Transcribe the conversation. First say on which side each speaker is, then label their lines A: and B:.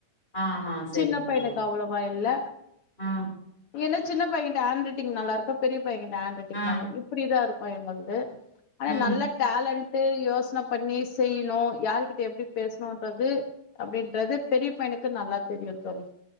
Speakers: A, on the left (about 15°); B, on the left (about 55°).
A: ஆஹா சரிங்க
B: சின்ன பையனுக்கு
A: தோழி.
B: அவ்ளோவா இல்ல
A: ஆ,
B: நீ என்னு சின்ன பையன்ட்ட ஹாண்ரைடிங் நல்லாருக்கா பெரிய பையங்கிட்ட ஹாண்ரைடிங்
A: ஆ,
B: நல்லா இப்டிதாருக்கு பையங்குள்து ஆனா
A: ம்.
B: நல்லா டேலண்ட்டு யோசன பண்ணி செய்ணு யாருகிட்ட எப்டி பேசுணுன்றது அப்டின்றது பெரிய பையனுக்கு நல்லா தெரியு தோழி